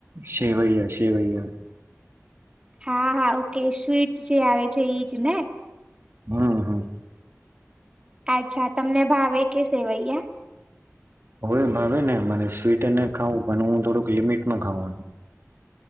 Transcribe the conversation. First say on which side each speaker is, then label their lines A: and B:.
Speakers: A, on the right; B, on the right.
A: સેવૈયા સેવૈયા.
B: હા હા ઓકે સ્વીટ જે આવે છે ઈજ ને.
A: હા હા.
B: અચ્છા તમને ભાવે કે સેવૈયા?
A: હોવે ભાવે ને મને સ્વીટ અને ખાવં પણ હું થોડુંક લિમિટમાં ખઉં.